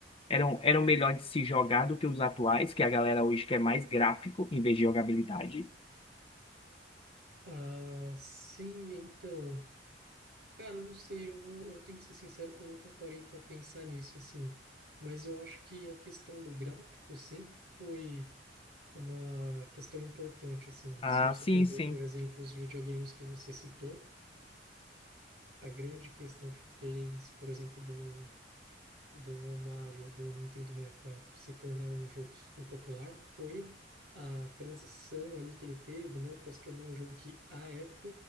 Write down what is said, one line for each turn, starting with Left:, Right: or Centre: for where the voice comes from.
Left: eram, eram melhor de se jogar do que os atuais, que a galera hoje quer mais gráfico em vez de jogabilidade.
Right: Ah, sim, então. Cara, eu não sei, eu vou, eu tenho que ser sincero que eu nunca parei para pensar nisso, assim. Mas eu acho que a questão do gráfico sempre foi uma questão importante, assim.
Left: Ah,
Right: Se você
Left: sim,
Right: for ver,
Left: sim.
Right: por exemplo, os videogames que você citou, a grande questão que fez, por exemplo, do do Mario do Nintendo 64 se tornar um jogo super popular foi a transição ali que ele teve, né, para se tornar um jogo que à época